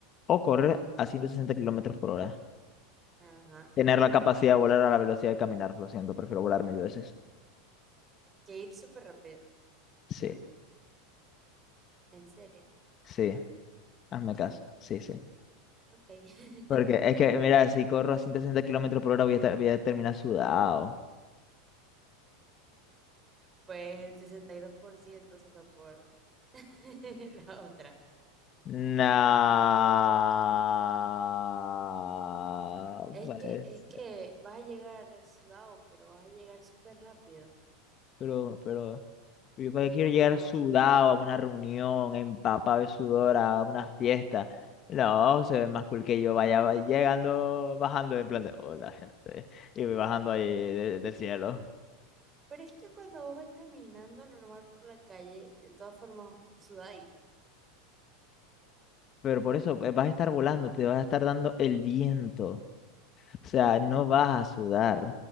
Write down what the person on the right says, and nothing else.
ajá.
Que ir súper rápido.
En serio.
Ok. <laughs>
Pues el 62% se fue por <laughs> la otra.
Es
que, es que vas a llegar sudado, pero vas a llegar súper rápido.
En
cambio,
pero es que cuando vos vas caminando normal por la calle, de todas formas, sudás.